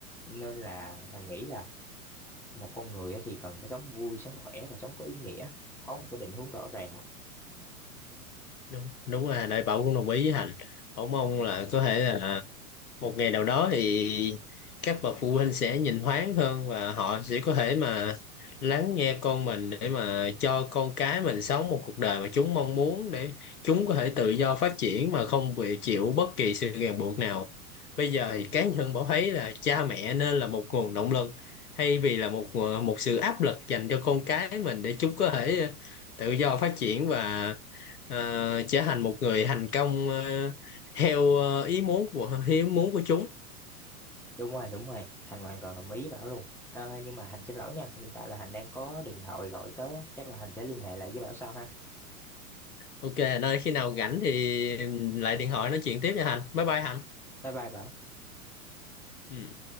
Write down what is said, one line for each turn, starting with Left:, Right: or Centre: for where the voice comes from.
Centre: nên là Thành nghĩ là một con người á thì cần phải sống vui sống khỏe và sống có ý nghĩa có một cái định hướng rõ ràng
Left: đúng đúng rồi Đại Bảo cũng đồng ý với Hành Bảo mong là có thể là một ngày nào đó thì các bậc phụ huynh sẽ nhìn thoáng hơn và họ sẽ có thể mà lắng nghe con mình để mà cho con cái mình sống một cuộc đời mà chúng mong muốn để chúng có thể tự do phát triển mà không bị chịu bất kỳ sự ràng buộc nào. Bây giờ thì cá nhân Bảo thấy là cha mẹ nên là một nguồn động lực thay vì là một ờ, một sự áp lực dành cho con cái mình để chúng có thể tự do phát triển và ờ, trở thành một người thành công ờ, theo ờ, ý muốn của ý muốn của chúng
Centre: đúng rồi đúng rồi Thành hoàn toàn đồng ý với Bảo luôn Ờ, nhưng mà Hành xin lỗi nha hiện tại là Hành đang có điện thoại gọi tới á. chắc là Hành sẽ liên hệ lại với Bảo sau ha
Left: ok nơi khi nào rảnh thì lại điện thoại nói chuyện tiếp nha Hành bye bye Hành
Centre: bye bye Bảo
Left: Ừ.